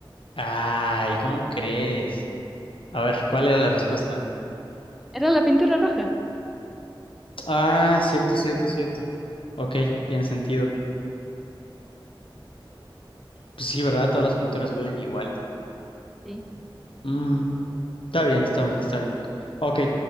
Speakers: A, on the left; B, in the centre.
A: Ay, ¿cómo crees? A ver, ¿cuál era la respuesta?
B: Era la pintura roja.
A: Ah, cierto, cierto, cierto. Ok, tiene sentido. Pues sí, ¿verdad? Todas las pinturas huelen igual.
B: Sí.
A: Mm, está bien, está bien, está bien. Ok,